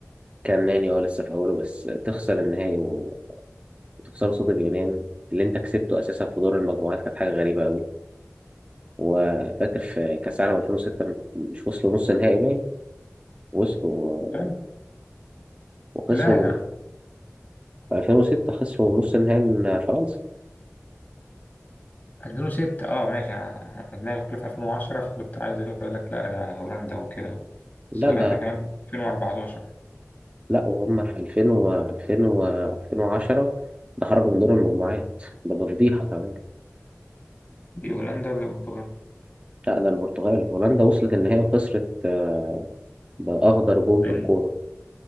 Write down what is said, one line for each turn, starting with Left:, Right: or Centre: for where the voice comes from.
Right: كان ناني اه لسه في أوله بس تخسر النهائي وتخسر قصاد اليونان اللي أنت كسبته أساسا في دور المجموعات كانت حاجة غريبة أوي وفاكر في كأس العالم 2006 مش وصلوا نص نهائي باين وصلوا
Left: لا
Right: وخسروا
Left: لا يا
Right: من
Left: عم
Right: في 2006 خسروا نص النهائي من فرنسا
Left: 2006 اه ماشي انا أنا دماغي كلها في 2010 فكنت عايز اقول لك لا ده هولندا وكده
Right: لا
Left: بس هولندا
Right: ده
Left: كمان 2014
Right: لا وهم في 2000 و 2000 و 2010 ده خرجوا من دور المجموعات ده بفضيحة كمان
Left: دي هولندا ولا البرتغال؟
Right: لا ده البرتغال هولندا وصلت النهائي وخسرت آه، بأخضر جون في
Left: لأن-
Right: الكورة